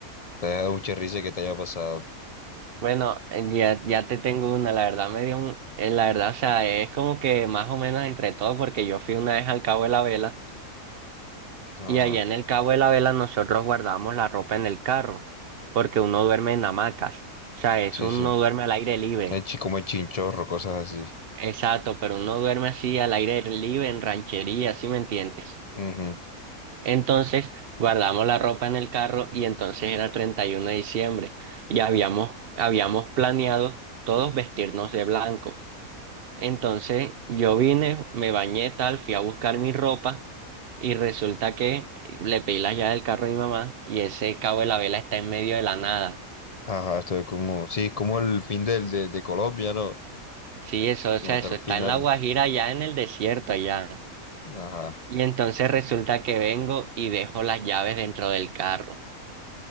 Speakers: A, on the left; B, on the right.
A: te haya dado mucha risa y que te haya pasado.
B: Bueno, eh, ya, ya te tengo una, la verdad me dio un- eh, la verdad, o sea, es como que más o menos entre todo, porque yo fui una vez al Cabo de la Vela,
A: Ajá,
B: y allá en el Cabo de la Vela nosotros guardamos la ropa en el carro, porque uno duerme en hamacas, o sea, eso
A: sí,
B: uno
A: sí.
B: duerme al aire libre,
A: El chi- como el chinchorro, cosas así.
B: exacto, pero uno duerme así al aire libre, en ranchería, ¿sí me entiendes?
A: Ujú.
B: Entonces, guardamos la ropa en el carro, y entonces era 31 de diciembre, y habíamos, habíamos planeado todos vestirnos de blanco. Entonces yo vine, me bañé tal, fui a buscar mi ropa y resulta que le pedí las llaves del carro a mi mamá y ese cabo de la vela está en medio de la nada.
A: Ajá, estoy como, sí, como el fin del, de, de Colombia, ¿no?
B: Sí, eso, o
A: Como
B: sea,
A: hasta
B: eso
A: el
B: está
A: final.
B: en la Guajira, allá en el desierto, allá.
A: Ajá.
B: Y entonces resulta que vengo y dejo las llaves dentro del carro.